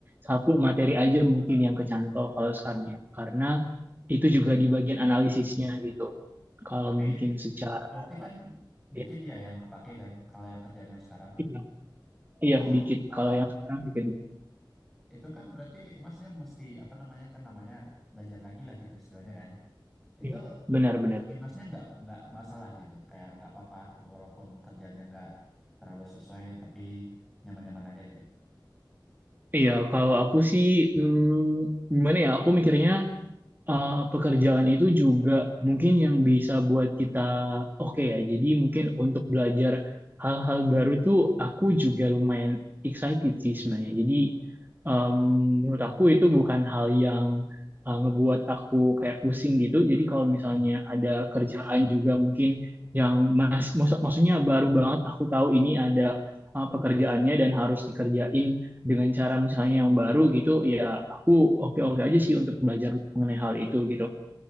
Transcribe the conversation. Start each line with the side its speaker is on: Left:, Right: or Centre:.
Right: satu materi aja mungkin yang kecantol kalau sekarang ya. Karena itu juga di bagian analisisnya gitu. Kalau
Centre: Tapi
Right: mungkin secara
Centre: berarti kan dikit
Right: ya,
Centre: ya yang kepake kan kalau yang kerjaan yang sekarang
Right: iya,
Centre: itu
Right: iya, dikit.
Centre: eh,
Right: Kalau yang sekarang dikit.
Centre: itu kan berarti masnya mesti apa namanya kan namanya belajar lagi lah gitu istilahnya kan itu
Right: Iya, benar-benar.
Centre: bagi masnya nggak nggak masalah gitu kayak nggak apa-apa walaupun kerjanya nggak terlalu sesuai tapi nyaman-nyaman aja gitu
Right: Iya, kalau aku sih hmm, gimana ya? Aku mikirnya uh, pekerjaan itu juga mungkin yang bisa buat kita oke ya. Jadi mungkin untuk belajar hal-hal baru tuh aku juga lumayan excited sih sebenarnya. Jadi um, menurut aku itu bukan hal yang uh, ngebuat aku kayak pusing gitu. Jadi kalau misalnya
Centre: Hmm.
Right: ada kerjaan juga mungkin yang mas, mak- maksudnya baru banget aku tahu ini ada uh, pekerjaannya dan harus dikerjain dengan cara misalnya yang baru gitu ya aku oke-oke aja sih untuk belajar mengenai hal itu gitu.